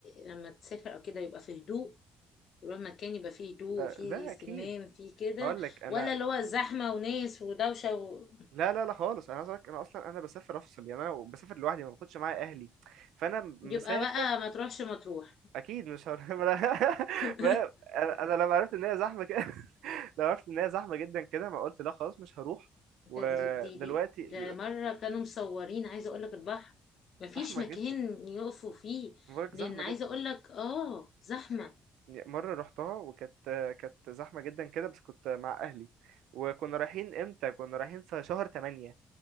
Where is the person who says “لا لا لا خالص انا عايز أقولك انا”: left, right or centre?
Right